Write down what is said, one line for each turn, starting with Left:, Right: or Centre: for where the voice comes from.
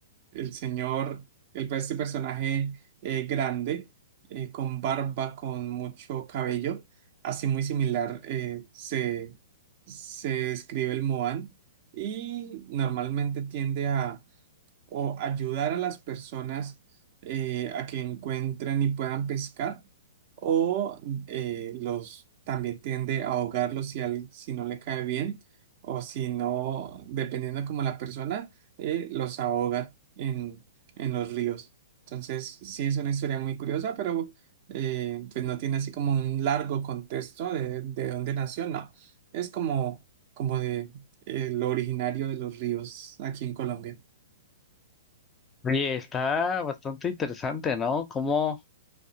Right: el señor, el, pues, este personaje eh, grande, eh, con barba, con mucho cabello, así muy similar eh, se, se describe el Moan y normalmente tiende a o ayudar a las personas eh, a que encuentren y puedan pescar, o eh, los también tiende a ahogarlos si, al- si no le cae bien, o si no, dependiendo como la persona, eh, los ahoga en, en los ríos. Entonces, sí es una historia muy curiosa, pero eh, pues no tiene así como un largo contexto de, de dónde nació, no. Es como, como de eh, lo originario de los ríos aquí en Colombia.
Left: Oye, está bastante interesante, ¿no? Como,